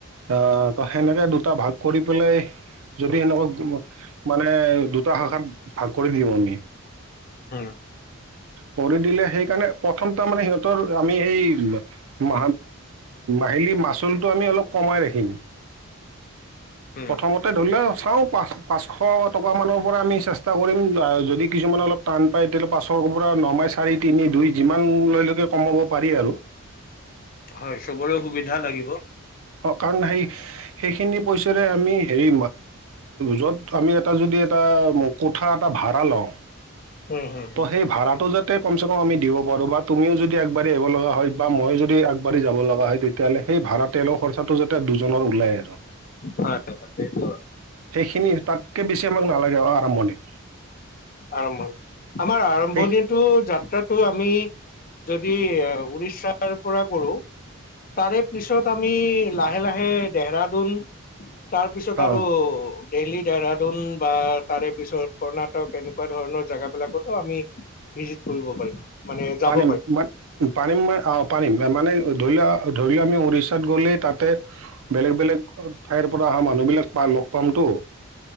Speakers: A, on the right (about 70°); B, on the left (about 40°).
A: অ' ত সেনেকে দুটা ভাগ কৰি পেলাই যদি সেনেকুৱা মানে দুটা শাখাত ভাগ কৰি দিওঁ আমি।
B: <inaudible>
A: কৰি দিলে সেইকাৰণে প্ৰথম ত মানে সিহঁতৰ আমি এই আহিলি মাচুলটো আমি অলপ কমাই ৰাখিম।
B: উম
A: প্ৰথমতে ধৰিও চাওঁ পা পাচশ টকা মানৰ পৰা আমি চেষ্টা কৰিম যদি কিছুমান অলপ টান পাই তেতিয়াহলে পাচৰ পৰা নমাই চাৰি তিনি দুই যিমান লৈ লকে কমাব পাৰি আৰু।
B: হয়। চবৰে সুবিধা লাগিব।
A: কাৰন সেই সেইখিনি পাইছা। আমি হেৰি যত আমি এটা যদি এটা কোঠা এটা ভাড়া লওঁ।
B: উম হম
A: ত'
B: হম
A: সেই ভাড়াটো যাতে, তাতে কমচে কম আমি দিব পাৰোঁ বা তুমিও যদি আগবা় আহিব লগা হয় বা মইো যদি আবাঢ়ি যাব লগা হয় তেতিয়াহ'লে সেই ভাড়া তেলৰ খৰচাটো যাতে দুজনৰ ওলাই আৰু।
B: হয় হয়।
A: সেইখিনি তাতকৈ বেছি আমাক নালাগে আৰম্ভণিত।
B: আৰম্ভনি আমাৰ আৰম্ভনিটো
A: সেই
B: যাত্ৰাত তটো আমি যদি উৰিষাৰ পৰা কৰো। তাৰে পিছত আমি লাহে লাহে দেহৰাদোন তাৰ পিছত
A: অঁ
B: আৰু দেইলী দেহৰাডুন বা তাৰে পিছত কৰ্ণাটক এনেকে তেনেকুৱা ধৰণৰ জোগাবিলাকতো আমি ভিজিত কৰিব পাৰিম। মানে যাব
A: পাৰিম ম পাৰিম অ' পাৰিম মানে ধৰি লোৱা। ধৰি লও আমি উৰিষাত গলেই তাতে বেলেগ বেলেগ ঠাইৰ পৰা অহা মানুহ বিলাক পা লগ পামতো।